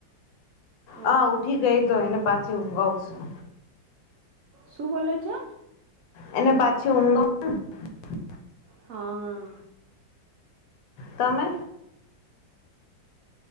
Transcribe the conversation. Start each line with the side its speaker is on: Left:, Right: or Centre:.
Left: હા
Right: ઓર
Left: ઊઠી ગઈ તો એને પાછી ઊઘવુશું.
Right: શું બોલો છો.
Left: એને પાછી ઊંઘ. <unintelligible>
Right: હા હા.
Left: તમે.